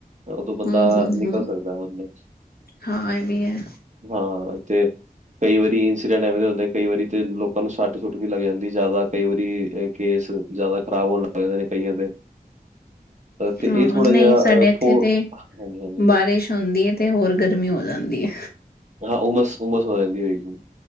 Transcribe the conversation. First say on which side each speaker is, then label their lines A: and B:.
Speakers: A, on the right; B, on the left.
A: ਫਿਰ ਉਦੋਂ ਬੰਦਾ
B: ਹਮ ਹਮ
A: ਨਿਕਲ
B: ਹਮ
A: ਸਕਦਾ, ਮਤਲਬ
B: ਹਾਂ ਇਹ ਵੀ ਹੈ
A: ਹਾਂ ਤੇ ਕਈ ਵਾਰੀ ਇੰਸੀਡੈਂਟ ਐਵੇਂ ਦੇ ਹੁੰਦੇ, ਕਈ ਵਾਰੀ ਤੇ ਲੋਕ ਲੋਕਾਂ ਨੂੰ ਸੱਟ-ਸੁੱਟ ਵੀ ਲੱਗ ਜਾਂਦੀ ਜਿਆਦਾ ਕਈ ਵਾਰੀ, ਏ ਕੇਸ ਜਿਆਦਾ ਖ਼ਰਾਬ ਹੋਣ ਪੈ ਜਾਂਦੇ ਨੇ ਕਈਆਂ ਦੇ, ਤੇ
B: ਹਾਂ
A: ਇਹ ਥੋੜਾ
B: ਨਹੀਂ
A: ਜਿਆ ਅ
B: ਸਾਡੇ ਇੱਥੇ
A: ਖੋ,
B: ਤੇ
A: ਹਾਂਜੀ-ਹਾਂਜੀ।
B: ਬਾਰਿਸ਼ ਹੁੰਦੀ ਏ ਤੇ ਹੋਰ ਗਰਮੀ ਹੋ ਜਾਂਦੀ ਏ।
A: ਹਾਂ, ਉਮਸ-ਉਮਸ ਹੋ ਜਾਂਦੀ ਹੋਏਗੀ।